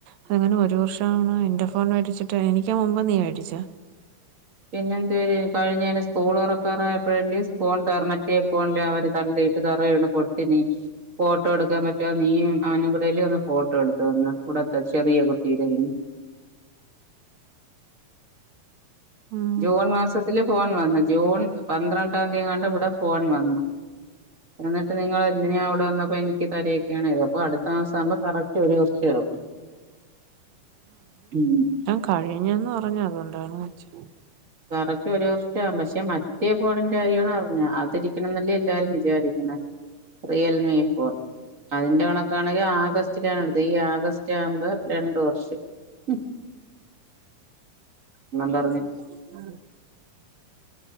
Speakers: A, on the right; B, on the right.
A: അതങ്ങനെ ഒരു വർഷം ആണ് എന്റെ ഫോൺ മേടിച്ചിട്ട് എനിക് മുമ്പ് നീ മേടിച്ചാ
B: പിന്നെ എന്തേ കഴിഞ്ഞന് സ്കൂൾ ഉറക്കാറായപ്പോഴല്ല സ്പോൺട ഓർമ മറ്റേ ഫോണില്ല അവര് തള്ളിയിട്ട് തറേ വീണ് പൊട്ടിണി ഫോട്ടോ എടുക്കാൻ പ റ്റൊ നീയും അവനും കൂടല്ലി വന്ന് ഫോട്ടോ എടുത്തു തന്ന ഇവിടത്തെ ചെറിയ കുട്ടീരതിന്
A: ഉം
B: ജൂൺ മാസത്തില് ഫോൺ വന്ന് ജൂൺ പന്ത്രണ്ടാം തീയങ്ങാണ്ട ഇവിട ഫോൺ വന്ന് എന്നിട്ട് നിങ്ങൾ എന്തിന ഇവിടെ വന്നപ്പ എനിക്ക് തരേ ക്കേണ്യ്ത അപ്പൊ അടുത്ത മാസാവുമ്പ കറക്റ്റ് ഒരു വർഷാവും ഉം
A: കഴിഞ്ഞന്ന് പറഞ്ഞു അതുകൊണ്ടാണ് ചോ
B: കറക്റ്റ് ഒരു വർഷാവും പക്ഷെ മ മറ്റേ ഫോണിന്റ കാര്യോണ് പറഞ്ഞ അതിരിക്കണന്നല്ലീ എല്ലാരും വിചാരിക്കണ റിയൽമി ഫോൺ അതിന്റെ കണക് ക്കാണെങ്കി ആഗസ്റ്റിലാണ് എടുത്ത ഈ ആഗസ്റ്റ് ആവുമ്പ രണ്ട് വർഷാവും <unintelligible>
A: ഉം